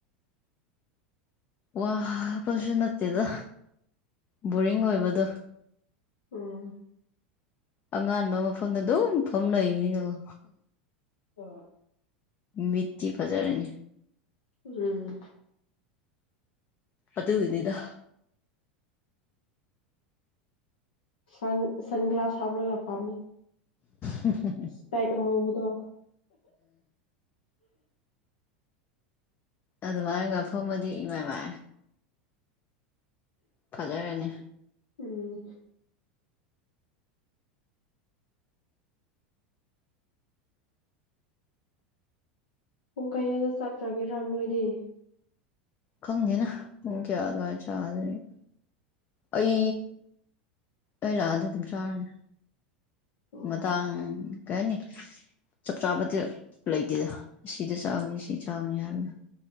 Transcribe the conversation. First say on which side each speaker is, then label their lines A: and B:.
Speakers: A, on the left; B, on the left.
A: ꯋꯥꯕꯁꯨ ꯅꯠꯇꯦꯗ ꯕꯣꯔꯤꯡ ꯑꯣꯏꯕꯗꯣ
B: ꯎꯝ
A: ꯑꯉꯥꯟꯕ ꯃꯐꯝꯗ ꯑꯗꯨꯝ ꯐꯝ ꯂꯩꯕꯅꯤꯅꯦꯀꯣ
B: ꯑ
A: ꯃꯤꯇꯤ ꯐꯖꯔꯅꯤ
B: ꯎꯝ
A: ꯑꯗꯨꯒꯤꯅꯤ ꯗ
B: ꯁꯟ ꯁꯟꯒ꯭ꯂꯥꯁ ꯍꯥꯕꯔꯒ ꯐꯥꯃꯦ
A: ꯍꯨꯝ ꯍꯨꯝ
B: ꯏꯁꯄꯦꯛ ꯑꯃꯨꯕꯗꯣ
A: ꯑꯗꯨꯃꯥꯏꯅꯒꯥ ꯐꯝꯃꯗꯤ ꯏꯃꯥꯏ ꯃꯥꯏ ꯐꯖꯔꯅꯤ
B: ꯎꯝ ꯄꯨꯡ ꯀꯌꯥꯗ ꯆꯥꯛ ꯆ꯭ꯔꯒꯦꯔꯥ ꯅꯣꯏꯗꯤ
A: ꯈꯪꯗꯦꯗ ꯄꯨꯡ ꯀꯌꯥ ꯑꯗꯨꯋꯥꯏ ꯆꯥꯗꯣꯏꯅꯤ ꯑꯩ ꯑꯩ ꯂꯥꯛꯑꯗꯤ ꯑꯗꯨꯝ ꯆꯥꯔꯅꯤ
B: ꯑꯣ
A: ꯃꯇꯥꯡ ꯀꯩ ꯑꯥꯏꯅꯤ ꯆꯞ ꯆꯥꯕꯗꯤ ꯂꯩꯇꯦꯗ ꯁꯤꯗ ꯆꯥꯒꯅꯤ ꯁꯤ ꯆꯥꯒꯅꯤ ꯍꯥꯏꯕꯗꯣ